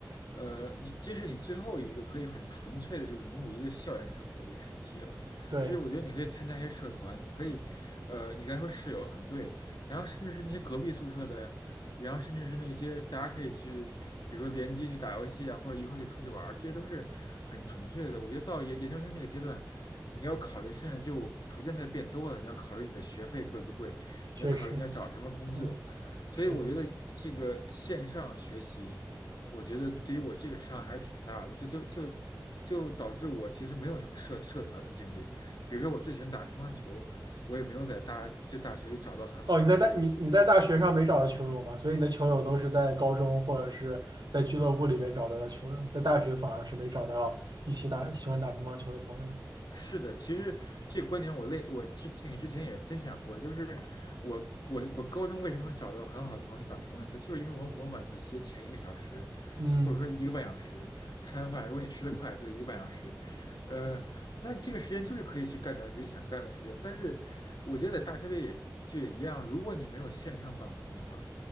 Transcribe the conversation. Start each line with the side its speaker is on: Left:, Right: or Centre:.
Left: 呃，你这是你最后一个可以很纯粹的去融入一个校园生活的一个时期了。
Right: 对，
Left: 就是我觉得你可以参加一些社团，你可以，呃，你刚才说室友很对，然后甚至是那些隔壁宿舍的呀，然后甚至是那些大家可以去，比如说联机去打游戏啊，或者一块去出去玩儿，这些都是很纯粹的。我觉得到研研究生这个阶段，你要考虑事情就逐渐在变多了，你要考虑你的学费贵不贵，
Right: 确实，
Left: 你要考虑你要找什么工作。
Right: 嗯，
Left: 所以我觉得这个线上学习，
Right: 是的。
Left: 我觉得对于我这个伤害还是挺大的，就就就就导致我其实没有什么社社团的经历。比如说我最喜欢打乒乓球，我也没有在大就大学里找到很好的球友。
Right: 哦，你在大你你在大学上没找到球友吧？所以你的球友都是在高中或者是在俱乐部里面找到的球友，在大学反而是没找到一起打喜欢打乒乓球的朋友。
Left: 是的，其实这个观点我类我之那个之前也分享过，就是我我我高中为什么能找到很好的朋友去打乒乓球，就是因为我我晚自习的前一个小时，
Right: 嗯，
Left: 或者说一个半小时，吃完饭如果你吃得快，就一个半小时，呃，那你这个时间就是可以去干点自己想干的事情。但是我觉得在大学里也就也一样，如果你没有线上办公的话，